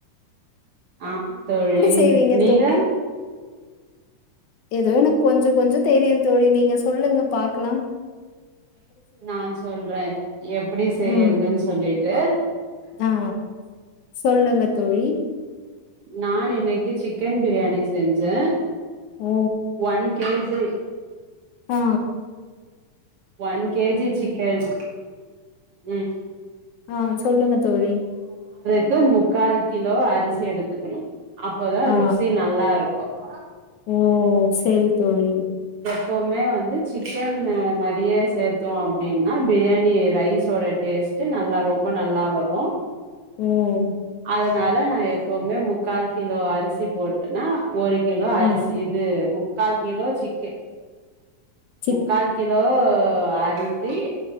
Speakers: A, on the right; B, on the left.
A: ஆம் தோழி
B: செய்வீங்க
A: நீங்க
B: எதோ எனுக் கொஞ்சோ கொஞ்சோ தெரியுந் தோழி நீங்க சொல்லுங்க பாக்லா
A: நான் சொல்றே எப்படி செய்யறதுன்னு
B: ம்
A: சொல்லிட்டு
B: ஆ சொல்லுங்க தோழி
A: நான் இன்னைக்கு சிக்கன் பிரியாணி செஞ்சே
B: ஓ
A: ஒன் கே ஜி
B: ஹோ
A: ஒன் கே ஜி சிக்கன் உம்
B: ஆஹ் சொல்லுங்க தோழி
A: க்கு முக்கால் கிலோ அரிசி எடுத்துக்கணு அப்போதா
B: ஆ
A: ருசி நல்லா இருக்கு <inaudible>
B: ஓ சரி தோழி
A: ப்பவுமே வந்து சிக்கன் நெறைய சேத்தோ அப்டின்னா பிரியாணி ரைஸோட டேஸ்ட் நல்லா ரொம்ப நல்லா வரு
B: ம்
A: அதனால நா எப் ப்பவுமே முக்கால் கிலோ அரிசி போட்டன்னா ஒரு கிலோ
B: ஆ
A: அரிசி இது கால் கிலோ சிக்கு
B: சிக்
A: முக்கால் கி கிலோ அரிசி